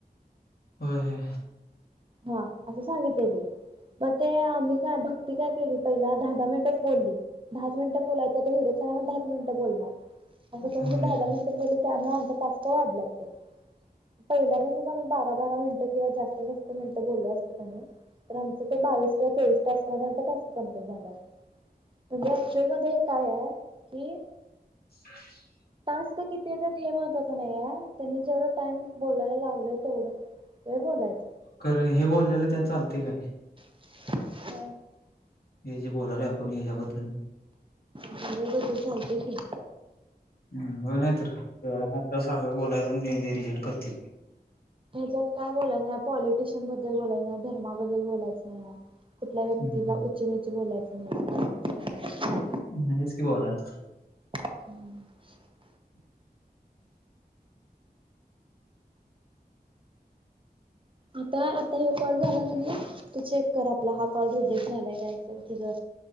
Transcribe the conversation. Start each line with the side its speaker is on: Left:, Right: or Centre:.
Left: व्हय
Right: हां, असं सांगितलय ते. मग ते आम्ही काय भक्ती काय केलो पहिला. दहा दहा मिनिटच बोलली, दहाच मिनिटं बोलायच होत म्हणून. दहा, दहाच मिनट बोलणार. आता तेवढं
Left: होय
Right: दहा दहाच मिनिट बोलेल. त्यामुळे आमच टास्क वाढल्यात ते. पहिल्यापासूनच आम्ही बारा बारा मिनटं किंवा जास्त मिनटं बोललो असतो कनई तर आमचं ते बावीस किंवा तेवीस टास्क मध्ये आमचा टास्क कंप्लीट झाला असता. <unintelligible> ऍक्च्युअल मध्ये काय हाय? की-
Left: <unintelligible>
Right: टास्क किती येत्यात हे महत्त्वाचं नाही आय, त्यांनी जेवढा टाइम बोलायला लावलय तेवढं ते बोलायचं.
Left: खरं हे बोलल्यालं त्यात चालतय काय?
Right: <unintelligible>
Left: हे जे बोलालोय आपण हेज्याबद्दल?
Right: <unintelligible> चालतंय की.
Left: हं, बघ नाही तर, एवढा मोठा सागर बोलायचा आणि ते रिजेक्ट करतील.
Right: ह्याच्यात काय बोलायच नाही. पॉलिटिशियन बद्दल बोलायच नाही, धर्माबद्दल बोलायच नाही. कुठल्या व्यक्तीला
Left: हम्म,
Right: उच निच बोलायचं नाही.
Left: <unintelligible>
Right: <unintelligible> <unintelligible> आता, आता ह्यो कॉल झाला का नाही, तू चेक कर, आपला हा कॉल रिजेक्ट झालाय काय काय?